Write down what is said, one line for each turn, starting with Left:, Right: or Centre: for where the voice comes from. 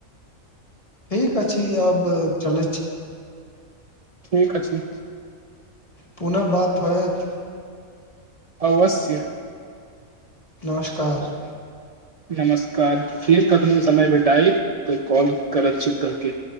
Left: ठीक अछि अब चलैय छी
Right: ठीक अछि
Left: पुनः बात होयत
Right: अवश्य
Left: नमस्कार
Right: नमस्कार फेर कखनोहु समय भेटाइ तऽ कॉल करत छी तके